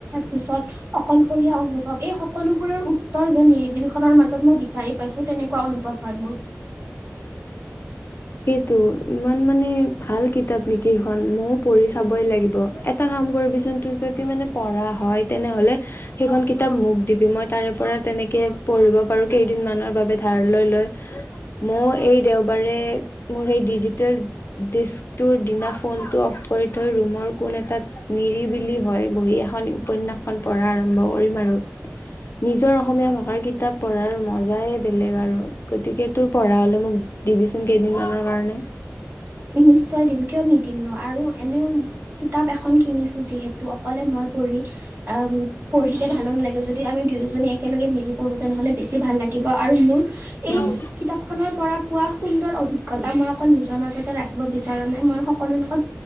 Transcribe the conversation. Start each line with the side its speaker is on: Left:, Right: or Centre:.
Right: পিছত অকলশৰীয়া অনুভৱ এই সকলোবোৰৰ উত্তৰ যেন নিৰিবিলিখনৰ মাজত মই বিচাৰি পাইছো তেনেকুৱা অনুভৱ হয় মোৰ।
Left: ত' ইমান মানে ভাল কিতাপ নেকি এই খন ময়ো পঢ়ি চাবই লাগিব এটা কাম কৰিবিচোন তোৰ যদি মানে পঢ়া হয় তেনেহ'লে সেইখন কিতাপ মোক দিবি মই তাৰে পৰা তেনেকে পঢ়িব পাৰো কেইদিন মানৰ বাবে ধাৰ লৈ লৈ ময় এই দেওবাৰে মোৰ সেই ডিজিটেল ডিস্কটোৰ দিনা ফোন টো অফ কৰি থৈ ৰুমৰ কোন এটা নিৰিবিলি হয় বহি এখন উপন্যাস। পঢ়া আৰম্ভ কৰিম আৰু নিজৰ অসমীয়া ভাষাৰ কিতাপ পঢ়াৰ মজাই বেলেগ আৰু গতিকে তোৰ পঢ়া হ'লে মোক দিবিচোন কেইদিনমানৰ কাৰণে
Right: নিশ্চয় দিম কিয় নি। দিম ন আৰু এনেও কিতাপ এখন কিনিছো যিহেতু অকলে মই। পৰি আম। পঢ়িলে ভালো নালাগে যদি আমি দুয়োজনী একেলগে মিলি পঢ়ো। তেনেহ'লে। বেছি ভাল লাগিব আৰু মোৰ এই
Left: উম
Right: কিতাপখনৰ পৰা। পোৱা সুন্দৰ অভিজ্ঞতা মই আকৌ নিজৰ মাজত। ৰাখিব বিচৰা নাই মই সকলো লগত